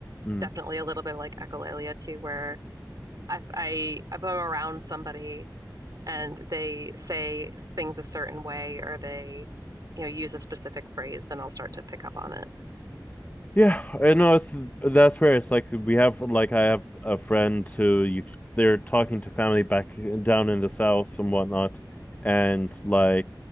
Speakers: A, on the left; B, on the right.
A: mm,
B: definitely a little bit of like echolalia too, where I, I if I'm around somebody and they say things a certain way or they, you know, use a specific phrase, then I'll start to pick up on it.
A: Yeah, I know it's that's where it's like we have like I have a friend who you they're talking to family back down in the south and whatnot, and like